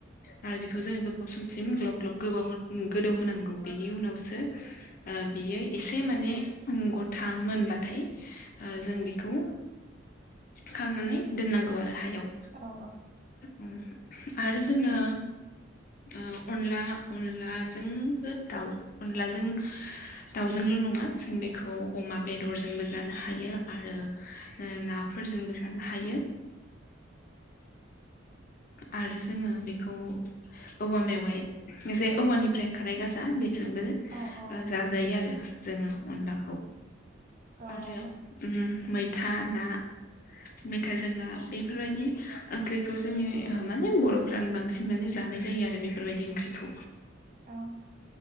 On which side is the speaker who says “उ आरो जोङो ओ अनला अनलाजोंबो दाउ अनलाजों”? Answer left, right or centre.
Left